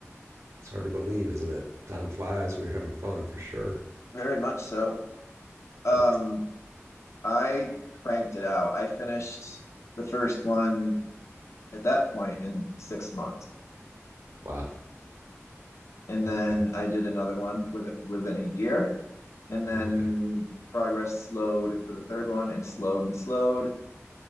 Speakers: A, on the right; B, on the left.
A: it's hard to believe isn't it time flies when you're having fun for sure
B: Very much so. Um,
A: but
B: I cranked it out. I finished the first one at that point in six months.
A: wow
B: And
A: okay
B: then I did another one with within a year. And then
A: okay
B: progress slowed for the third one and slowed and slowed.